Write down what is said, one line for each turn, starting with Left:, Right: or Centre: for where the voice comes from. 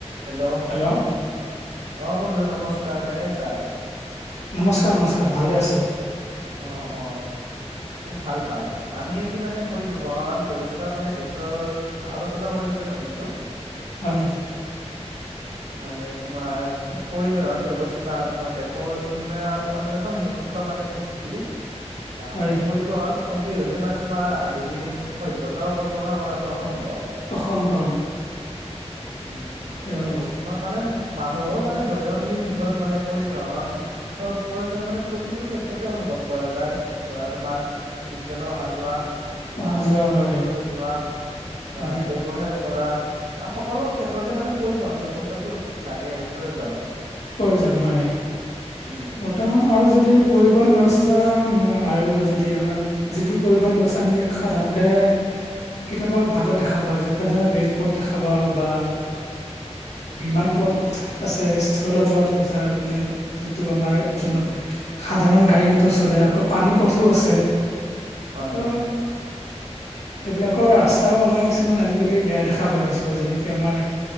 Right: Hello
Left: hello
Right: অ', বন্ধু নমস্কাৰ, কেনে আছা?
Left: নমস্কাৰ নমস্কাৰ, ভালে আছোঁ।
Right: অ', অ' উম ভাল ভাল, আমি আজি মানে পৰিবহন ব্যৱস্থাৰ মানে বিষয়ত আলোচনা কৰিম বুলি ভাবিছোঁ।
Left: হয় নেকি?
Right: মানে তোমাৰ, পৰিবহন ব্যৱস্ স্থা তোমাৰ দেশৰ উন্নয়ন অন্যতম মুখ্য মানে ভিত্তি। আ-পৰিবহন
Left: হয়
Right: অবিহনে মানে তোমাৰ আধুনিক সভ্যতাও কল্পনা কৰাটো অসম্ভৱ।
Left: অসম্ভৱ।
Right: উম,
Left: তেওঁ
Right: আৰু তোমাক মানে মানুহৰ মানে দৈনন্দিন জীৱনত মানে পৰিবহন হয়, প্ৰয়োজন মানে প্ৰতিটো ক্ষেত্ৰতে অনুভৱ কৰা যায়, ধৰা তোমাৰ বিদ্যালয় অহা-যোৱা
Left: অহা
Right: বা
Left: যোৱা
Right: চিকিৎসালয়লৈ
Left: হয়
Right: যোৱা বা
Left: হয়
Right: ব্যৱসায় কৰা বা সকলো ক্ষেত্ৰতে মানে পৰিবহন ব্যৱস্থাটো লাগে আৰু প্ৰয়োজন।
Left: প্ৰয়োজন হয়, মোৰ
Right: উম।
Left: বৰ্তমান আৰু যদি পৰিবহণ ব্যৱস্থা আৰু যদি আমাৰ যিটো পৰিবহণ ব্যৱস্থা আমি সাধাৰণতে কিতাপৰ ভাগত দেখা পাওঁ, যেনেকুৱা ধৰা ৰে'ল পথ দেখা পাওঁ বা বিমান পথ আছে স্থলপথ আছে, তাৰ মানে যোনটো আমাৰ
Right: উম,
Left: সাধাৰণ
Right: উম,
Left: গাড়ী মটৰ চলে, আকৌ পানী পথো আছে।
Right: হয়
Left: ত'
Right: হয়।
Left: সেইবিলাকৰ ৰাস্তাও
Right: উম,
Left: আমাৰ কিছু মান আজিকালি বেয়া দেখা পোৱা হৈছোঁ, যেনেকে আমাৰ